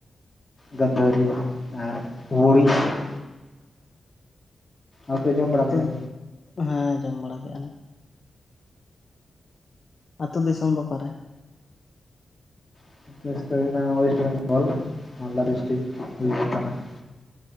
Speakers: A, on the left; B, on the left.
A: ᱜᱟᱺᱫᱷᱟᱹᱨᱤ ᱟᱨ <unintelligible> ᱟᱯᱮ ᱡᱚᱢ ᱵᱟᱲᱟ
B: <unintelligible>
A: ᱠᱮᱜᱼᱟ?
B: ᱦᱮᱸ ᱡᱚᱢ ᱵᱟᱲᱟ ᱠᱮᱫᱼᱟ ᱞᱮ ᱾ ᱟᱹᱛᱩ ᱫᱤᱥᱚᱢ ᱫᱚ ᱚᱠᱟᱨᱮ?
A: <unintelligible> ᱳᱭᱮᱥᱴ ᱵᱮᱝᱜᱚᱞ ᱢᱟᱞᱫᱟ ᱰᱤᱥᱴᱨᱤᱠ <unintelligible> ᱛᱷᱟᱱᱟ ᱾